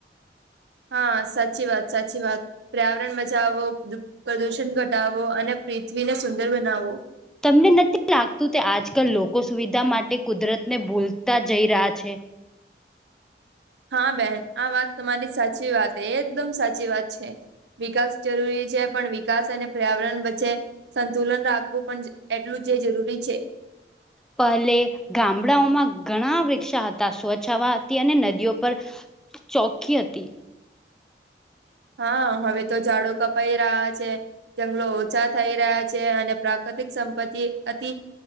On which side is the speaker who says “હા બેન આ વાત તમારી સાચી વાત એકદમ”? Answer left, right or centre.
Right